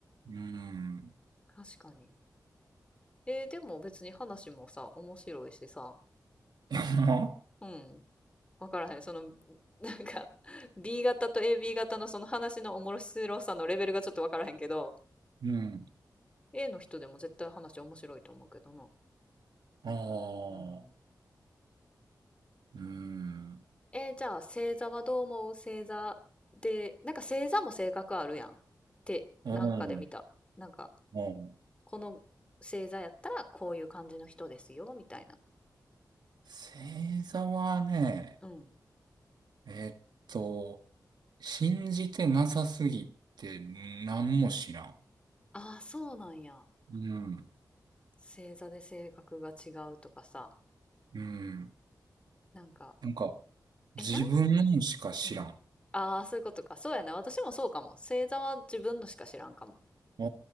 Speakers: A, on the right; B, on the left.
A: うーん。
B: 確かに。えーでも別に話もさ、面白いしさ。
A: <laughs>
B: うん。わからへん。その、なんか、B 型と AB 型のその話の面白さのレベルがちょっとわからへんけど、
A: うん。
B: A の人でも絶対話面白いと思うけどな。
A: ああ、
B: うん
A: うーん。
B: えーじゃあ星座はどう思う星座で、なんか星座も性格あるやんってなんかで見た。
A: うん。
B: なんか
A: うん。
B: この星座やったらこういう感じの人ですよみたいな。
A: 星座はね、
B: うん。
A: えーっと、信じてなさすぎて何も知らん。
B: ああ、そうなんや。
A: うん。
B: 星座で性格が違うとかさ。
A: うん。
B: なんか、
A: なんか、自分のしか知らん。
B: え、なん、うん。
A: あ
B: ああ、そういうことか。そうやな。私もそうかも。星座は自分のしか知らんかも。
A: あ、